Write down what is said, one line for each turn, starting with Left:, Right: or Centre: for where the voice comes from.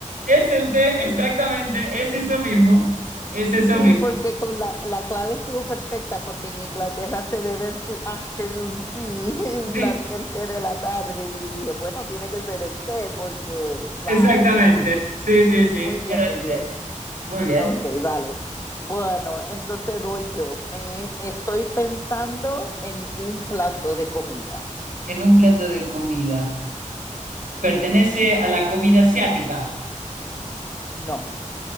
Right: Es el té, exactamente, es eso mismo, es eso
Left: Sí,
Right: mismo.
Left: porque con la, la clave estuvo perfecta, porque en Inglaterra se beben su afternoon tea, <laughs>
Right: Sí,
Left: la- el té de la tarde, y dije, bueno, tiene que ser el té, porque vale,
Right: exactamente,
Left: muy bien,
Right: sí, sí, sí,
Left: muy bien,
Right: era
Left: muy
Right: el
Left: bien.
Right: té. Muy bien.
Left: Ok, vale. Bueno, entonces voy yo. Me estoy pensando en un plato de comida.
Right: En un plato de comida. Pertenece a la comida asiática.
Left: No,